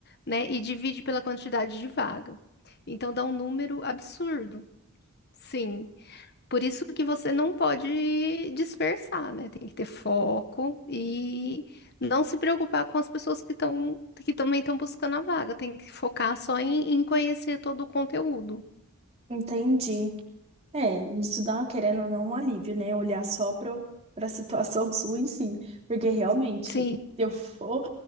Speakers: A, on the left; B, on the right.
A: né, e divide pela quantidade de vaga. Então dá um número absurdo. Sim. Por isso que você não pode dispersar, né? Tem que ter foco e não se preocupar com as pessoas que estão que também estão buscando a vaga. Tem que focar só em, em conhecer todo o conteúdo.
B: Entendi. É, isso dá, querendo ou não, um alívio, né? Olhar só para a situação <laughs> sua em si. Porque realmente,
A: Sim.
B: se eu for